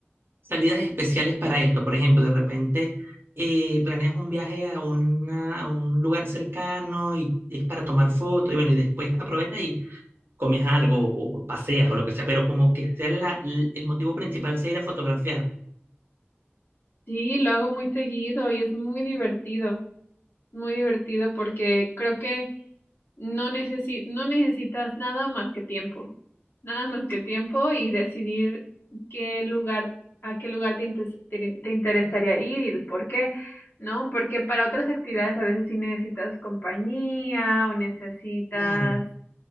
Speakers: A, on the right; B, on the left.
A: salidas especiales para esto. Por ejemplo, de repente eh, planeas un viaje a, una, a un lugar cercano y es para tomar fotos, y bueno, y después aprovecha y comes algo o paseas o lo que sea, pero como que sea la- l- el motivo principal sea ir a fotografiar.
B: Sí, lo hago muy seguido y es muy divertido, muy divertido porque creo que no necesi- no necesitas nada más que tiempo, nada más que tiempo y decidir qué lugar, a qué lugar te, intes- te te interesaría ir y el por qué, ¿no? Porque para otras actividades a veces sí necesitas compañía o necesitas,
A: Claro.